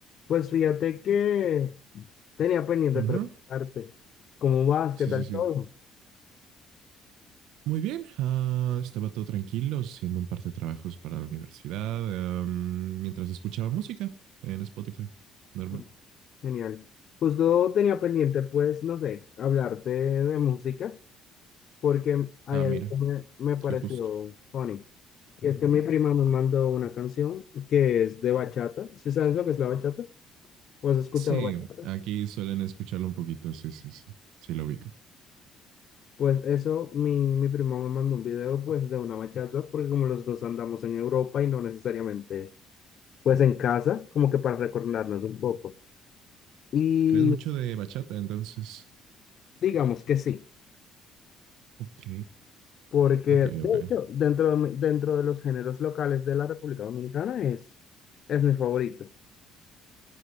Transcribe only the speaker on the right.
Ajá.
Sí,
sí, sí.
Muy bien. ah, estaba todo tranquilo haciendo un par de trabajos para la universidad, em, mientras escuchaba música en Spotify. Normal.
Ah,
mira,
qué justo.
Sí,
aquí suelen escucharlo un poquito. Sí, sí, sí. Sí, lo ubico.
Eres mucho de bachata, entonces.
Ok,
ok,
ok.